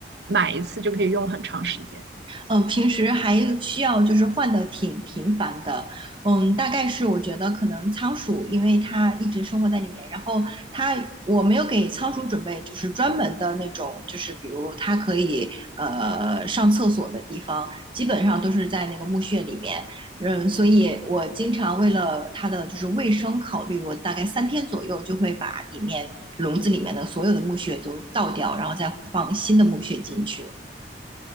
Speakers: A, on the right (about 75°); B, on the right (about 30°).
A: 买一次就可以用很长时间？
B: 嗯，呃平时还需要就是换的挺频繁的，嗯，大概是我觉得可能仓鼠，因为它一直生活在里面，然后它我没有给仓鼠准备就是专门的那种，就是比如它可以呃上厕所的地方，基本上都是在那个墓穴里面，嗯，所以我经常为了它的就是卫生考虑，我大概三天左右就会把里面笼子里面的所有的墓穴都倒掉，然后再放新的墓穴进去，